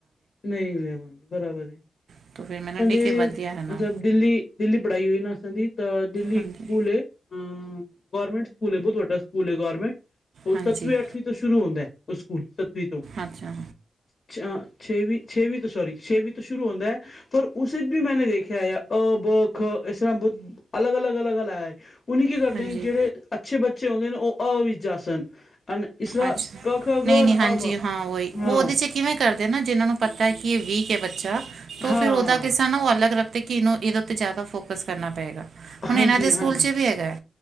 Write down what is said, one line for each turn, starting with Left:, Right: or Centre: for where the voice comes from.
Left: ਨਈ ਲੈਵਾਂਗੇ, ਬਰਾਬਰ ਏ। <unintelligible>
Right: <unintelligible> <inaudible>
Left: ਫੇਰ
Right: ਹੈ ਨਾ
Left: ਅੱਛਾ ਦਿੱਲੀ-ਦਿੱਲੀ ਪੜ੍ਹਾਈ ਹੋਈ ਨਾ ਅਸਾ ਦੀ ਤੇ ਦਿੱਲੀ
Right: ਹਾਂਜੀ
Left: ਇੱਕ ਸਕੂਲ ਹੈ ਹੁ ਗੌਰਮੈਂਟ ਸਕੂਲ ਹੈ ਬਹੁਤ ਵੱਡਾ ਸਕੂਲ ਹੈ ਗੌਰਮੈਂਟ ਉਹ
Right: ਹਾਂਜੀ
Left: ਸੱਤਵੀਂ ਅੱਠਵੀਂ ਤੋਂ ਸ਼ੁਰੂ ਹੁੰਦਾ ਉਹ ਸਕੂਲ ਸੱਤਵੀਂ ਤੋਂ
Right: ਅੱਛਾ
Left: ਅ ਛੇਵੀ-ਛੇਵੀ ਤੋਂ ਸੋਰੀ ਛੇਵੀ ਤੋਂ ਸ਼ੁਰੂ ਹੋਂਦਾ ਪਰ ਉਸੇ ਚ ਵੀ ਮੈਂਨੇ ਦੇਖਿਆ ਅ ਬ ਖ ਇਸ ਤਰ੍ਹਾਂ ਬਹੁਤ ਅਲਗ-ਅਲਗ ਅਲਗ ਹੂਨ ਕੀ ਕਰਦੇ
Right: ਹਾਂਜੀ
Left: ਕਿ ਜੇਹੜੇ ਅੱਛੇ ਬੱਚੇ ਹੂੰਦੇ ਉਹ ਅ ਵਿਚ ਜਾਸਣ ਅਨ ਇਸਲਾ
Right: ਅੱਛਾ
Left: ਕ ਖ
Right: ਨਹੀਂ
Left: ਗ
Right: ਨਹੀਂ ਹਾਂਜੀ
Left: ਅ ਬ
Right: ਹਾਂ ਵਹੀ
Left: ਹਾਂ
Right: ਉਹ ਉਹਦੇ 'ਚ ਕਿਵੇਂ ਕਰਦੇ ਨਾ ਜਿਹਨਾਂ ਨੂੰ ਪਤਾ ਹੈ ਕਿ ਇਹ ਵੀਕ ਹੈ ਬੱਚਾ ਤੋ
Left: ਹਾਂ
Right: ਫਿਰ ਉਹਦਾ ਕਿਸਾ ਨਾ ਉਹ ਅਲੱਗ ਰੱਖ ਤੇ ਕਿਹਨੂੰ ਇਹਦੇ ਉੱਤੇ ਜ਼ਿਆਦਾ ਫੋਕਸ ਕਰਨਾ ਪਏਗਾ ਹੁਨ
Left: ਹਾਂਜੀ
Right: ਇਹਨਾਂ ਦੇ ਸਕੂਲ
Left: ਹਾਂਜੀ
Right: ਚ ਵੀ ਹੈਗਾ